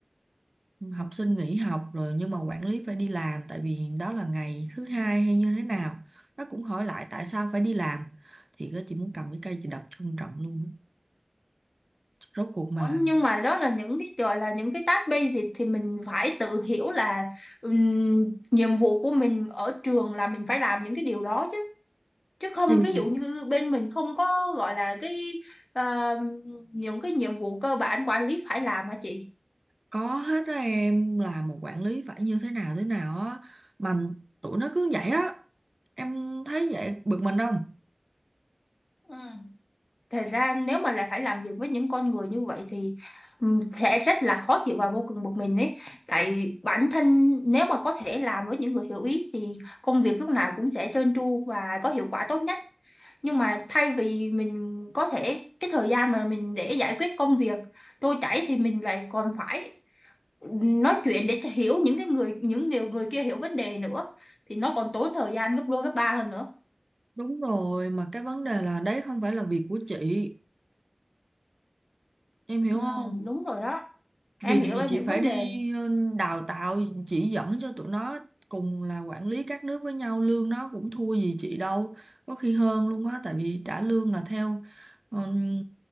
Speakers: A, on the right; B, on the left.
A: ừm, học sinh nghỉ học rồi nhưng mà quản lý phải đi làm tại vì đó là ngày thứ hai hay như thế nào nó cũng hỏi lại tại sao phải đi làm thì cái chị muốn cầm cái cây chị đập cho ông trọng luôn á. rốt cuộc
B: Ủa,
A: mà là
B: nhưng mà đó là những cái gọi là những cái task basic thì mình phải tự hiểu là ừm, nhiệm vụ của mình ở trường là mình phải làm những cái điều đó chứ chứ không
A: thì
B: ví dụ như bên mình không có gọi là cái ờ, những cái nhiệm vụ cơ bản quản lý phải làm hả chị?
A: có hết đó em là một quản lý phải như thế nào thế nào á mà tụi nó cứ vậy á em thấy vậy bực mình không
B: Ừ. Thật ra nếu mà là phải làm việc với những con người như vậy thì ừm, sẽ rất là khó chịu và vô cùng bực mình ấy. Tại bản thân nếu mà có thể làm với những người hiểu ý thì công việc lúc nào cũng sẽ trơn tru và có hiệu quả tốt nhất. nhưng mà thay vì mình có thể cái thời gian mà mình để giải quyết công việc trôi chảy thì mình lại còn phải ừ, nói chuyện để cho hiểu những cái người những nhiều người kia hiểu vấn đề nữa thì nó còn tốn thời gian gấp đôi gấp ba hơn nữa
A: Đúng rồi, mà cái vấn đề là đấy không phải là việc của chị, em hiểu
B: ừ,
A: không?
B: đúng rồi đó em
A: Việc
B: hiểu
A: gì
B: em
A: chị
B: hiểu vấn
A: phải đi
B: đề
A: ờ, đào tạo, chỉ dẫn cho tụi nó, cùng là quản lý các nước với nhau, lương nó cũng thua gì chị đâu, có khi hơn luôn á, tại vì trả lương là theo ờm,